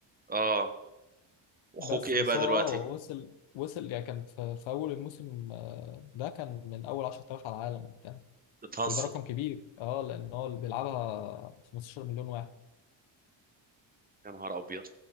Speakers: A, on the right (about 20°); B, on the left (about 85°).
A: اه واخوك
B: بس
A: ايه
B: بس
A: بقى
B: هو
A: دلوقتي
B: اه وصل وصل يعني كان في, في اول الموسم آه، ده كان من اول 10000 على العالم
A: بتهزر
B: وده رقم كبير اه لان هو اللي بيلعبها 15 مليون واحد
A: يا نهار ابيض